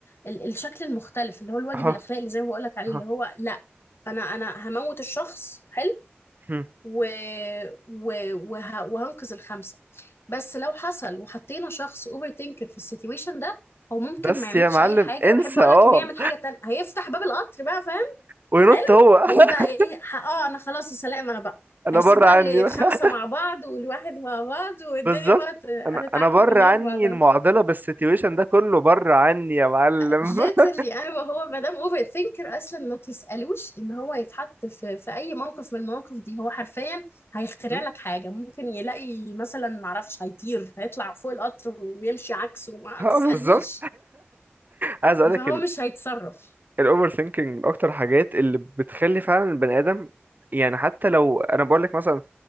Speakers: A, on the left (about 70°); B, on the right (about 45°).
A: ال... الشكل المختلف اللي هو الواجب
B: اها
A: الاخلاقي اللي زي ما بقول لك عليه
B: اها
A: اللي هو لا انا انا هموت الشخص حلو
B: م.
A: و... و... وه... وهنقذ الخمسة بس لو حصل وحطينا شخص اوفر ثينكر في السيتويشن ده هو ممكن
B: بس
A: ما يعملش
B: يا معلم
A: اي حاجة
B: انسى
A: واحب اقول
B: اه
A: لك انه يعمل حاجة تانية هيفتح باب القطر بقى فاهم
B: وينط
A: حلو
B: هو
A: ويقول بقى
B: <laughs>
A: ايه ح- اه انا خلاص يا سلام انا بقى
B: انا
A: هيسيب
B: بره
A: بقى
B: عني بقى.
A: الخمسة مع بعض والواحد مع بعض
B: <laughs>
A: والدنيا
B: بالظبط
A: بقى ت- هتتعكك
B: انا انا بره
A: كلها
B: عني
A: في بعضها
B: المعضله بالسيتويشن ده كله بره عني يا معلم
A: literally
B: <laughs>
A: ايوه هو ما دام اوفر ثينكر اصلا ما تسالوش ان هو يتحط في في اي موقف من المواقف دي هو حرفيا هيخترع
B: م.
A: لك حاجه ممكن يلاقي مثلا ما اعرفش هيطير هيطلع فوق القطر ويمشي عكسه ما
B: اه
A: تسالنيش
B: بالظبط عايز اقول
A: فهو
B: لك
A: مش هيتصرف
B: الاوفر ثينكينج من اكتر الحاجات اللي بتخلي فعلا البني ادم يعني حتى لو انا بقول لك مثلا